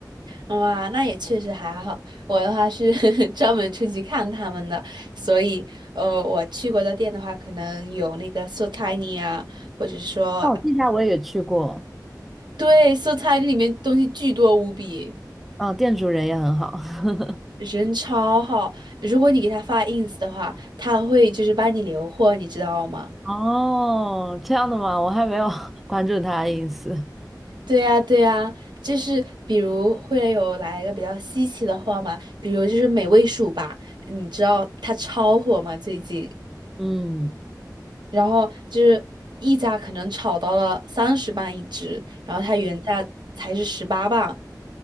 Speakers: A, on the right; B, in the centre.
A: 哇，那也确实还好。我的话是 <laughs> 专门出去看他们的，所以呃，我去过的店的话，可能有那个 So Tiny 啊，或者说
B: 哦，这家我也去过，
A: 对 So Tiny 里面东西巨多无比，
B: 嗯，店主人也很好。<laughs>
A: 人超好。如果你给他发 ins 的话，他会就是帮你留货，你知道吗？
B: 哦，这样的吗？我还没有 <laughs> 关注他的意思。
A: 对呀，对呀，就是比如会有来一个比较稀奇的货嘛，比如就是美味鼠吧，你知道它超火吗？最近。
B: 嗯，
A: 然后就是溢价可能炒到了三十磅一只，然后它原价才是十八磅。